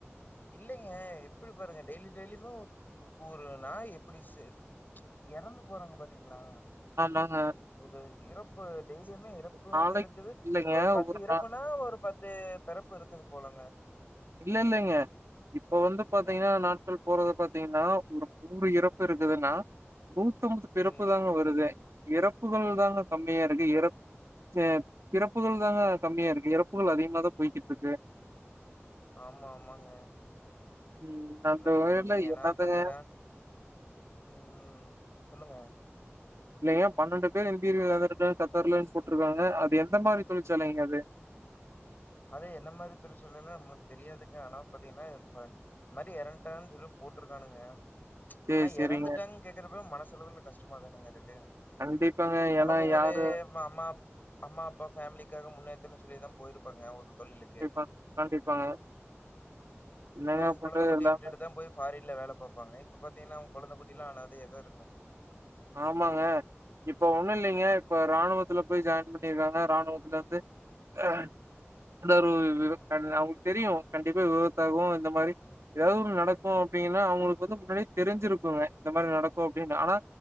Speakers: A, on the left; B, on the right.
A: இல்லைங்க எப்டி பாருங்க டெய்லி டெய்லியுமே ஒ ஒரு நாய் எப்டி செ எறந்து போறாங்க பாத்தீங்களா
B: ஆமாங்க
A: ஒரு இறப்பு டெய்லியுமே இறப்புன்னு
B: நாளைக்கு
A: இருக்குது
B: இல்லைங்க
A: ஒரு பத்து இறப்புன்னா
B: நா
A: ஒரு பத்து பெறப்பு இருக்குது போலங்க
B: இல்ல இல்லைங்க இப்ப வந்து பாத்திங்கன்னா
A: ம்
B: நாட்கள் போறது பாத்திங்கன்னா ஒரு நூறு இறப்பு இருக்குதுன்னா நூத்தம்பது பிறப்பு
A: ம்
B: தாங்க வருது இறப்புகள் தாங்க கம்மியா இருக்கு இறப் அஹ பிறப்புகள் தாங்க கம்மியா இருக்கு இறப்புகள் அதிகமாதான் போய்கிட்டு இருக்கு
A: ஆமா ஆமாங்க
B: ம் அந்த
A: என்ன சொல்றதுங்க
B: வகையில
A: ஏன்னா
B: என்னத்தங்க
A: பாத்தீனா உம்ம் சொல்லுங்க
B: இல்லைய்ங்க பன்னெண்டு பேர் <unintelligible> தெர்லனு போட்டிருக்காங்க அது எந்த மாதிரி தொழிற்சாலைங்க அது
A: அது என்ன மாதிரி தொழிற்சாலைனு நமளுக்கு தெரியாதுக்கு ஆனா பாத்தீங்கன்னா இந்த மாதிரி இறந்டாங்கனு சொல்லிப் போட்டிருக்கானுங்க
B: சரி,
A: ஆனா
B: சரிங்க.
A: இறந்துட்டாங்கனு கேக்குறப்பவே மனசளவுல கஷ்டமாதானேங்க இருக்கு
B: கண்டிப்பாங்க.
A: அவேங்க
B: ஏன்னா
A: ஒரு
B: யாரு
A: அம்மாப் அம்மா அப்பா ஃபேமிலிக்காக முன்னேத்தன்னு சொல்லிதான் போயிருப்பாங்க ஒரு தொழிலுக்கு
B: கண்டிப்பா கண்டிப்பாங்க என்னங்க
A: ப்பவங்க
B: பண்றது
A: கொழந்தை குட்டியை
B: எல்லாமே
A: விட்டுதான் போய் ஃபாரின்ல வேலை பார்ப்பாங்க இப்ப பார் தீங்கன்னா அவுங் கொழந்தை குட்டிலாம் ஆனாதயாதான் இருக்கும்
B: ஆமாங்க இப்ப ஒண்ணும் இல்லைங்க இப்ப இராணுவத்துல போய் ஜாயின் பண்ணிருக்காங்க இராணுவத்துல இருந்து அஹ் எ ஒரு விபத் அவங்களுக்கு தெரியும் கண்டிப்பா விபத்தாகும் இந்த மாரி ஏதாவது ஒன்னு நடக்கும் அப்படின்ங்கன்னா அவுங்களுக்கு வந்து முன்னாடி தெரிஞ்சிருக்குங்க இந்த மாரி நடக்கும் அப்டின்னு ஆனா